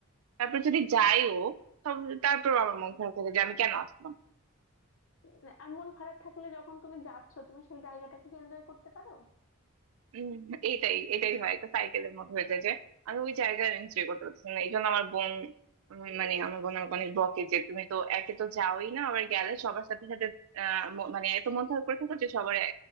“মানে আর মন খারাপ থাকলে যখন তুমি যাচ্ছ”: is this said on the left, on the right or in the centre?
Left